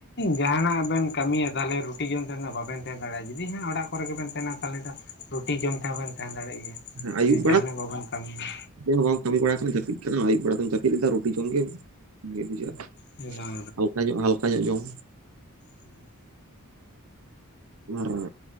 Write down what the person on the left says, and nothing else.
ᱡᱟᱦᱟᱱᱟᱜ ᱵᱮᱱ ᱠᱟᱹᱢᱤᱭᱟ ᱛᱟᱦᱚᱞᱮ ᱨᱩᱴᱤ ᱡᱚᱢ ᱛᱟᱦᱮᱱ ᱫᱚ ᱵᱟᱵᱮᱱ ᱛᱟᱦᱮᱸᱱ ᱫᱟᱲᱮᱭᱟᱜᱼᱟ, ᱡᱩᱫᱤ ᱦᱟᱸᱜ ᱚᱲᱟᱜ ᱠᱚᱨᱮ ᱜᱮᱵᱮᱱ ᱛᱟᱦᱮᱱᱟ ᱛᱟᱦᱚᱞᱮ ᱫᱚ ᱨᱩᱴᱤ ᱡᱚᱢ ᱛᱮᱦᱚᱸᱵᱮᱱ ᱛᱟᱦᱮᱸᱱ ᱫᱟᱲᱮᱭᱟᱜ ᱜᱮᱭᱟ,
ᱡᱮ
ᱡᱟᱦᱟᱱᱟᱜ ᱵᱟᱵᱮᱱ ᱠᱟᱹᱢᱤᱭᱟ᱾
ᱮᱠᱫᱚᱢ
ᱦᱩᱸ,